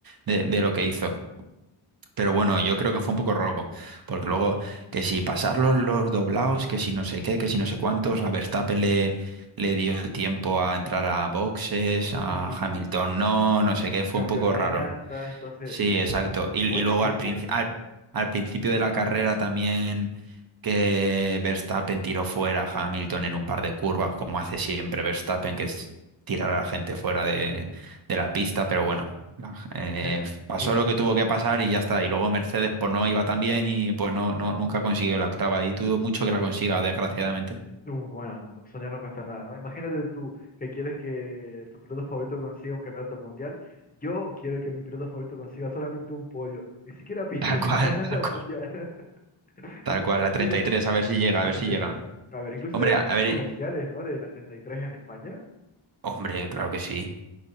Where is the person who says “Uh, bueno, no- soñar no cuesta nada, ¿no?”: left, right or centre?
Left